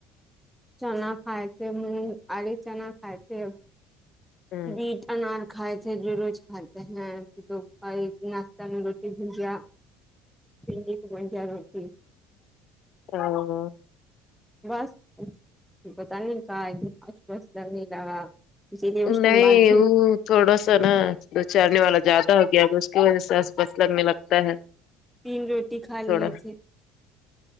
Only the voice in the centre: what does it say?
چنا کھائے تھے مونگ آے چنا کھائے تھے
بیٹ انار کھائے تھے جو روز کھاتے ہیں تو ناشہ میں روٹی بھجیا بھنڈی کی پنچا روٹی
بس پتا نہیں کہا ایک د <unintelligible> پچ بس لگنے لگا اسی لیے اس
کے بعد بھی
تین روٹی کھا
لیے
تھے